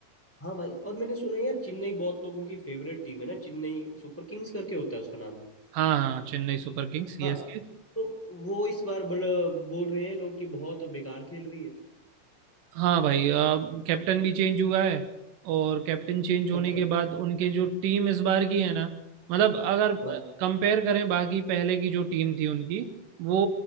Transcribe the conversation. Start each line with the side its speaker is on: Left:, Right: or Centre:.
Centre: हाँ भाई और मैंने सुना है यार चेन्नई बहुत लोगों की फेवरेट टीम है ना चेन्नई सुपर किंग्स करके होता है उसका नाम
Right: हाँ हाँ चेन्नई सुपर किंग्स सीएसके
Centre: हाँ तो वो इस बार बड़ा बोल रहे हैं लोग कि बहुत बेकार खेल रही है
Right: हाँ भाई अब कैप्टन भी चेंज हुआ है और कैप्टन चेंज होने
Centre: अच्छा
Right: के बाद उनके जो टीम इस बार की है ना मतलब अगर
Centre: हाँ तो
Right: कंपेयर करें बाकी पहले की जो टीम थी उनकी वो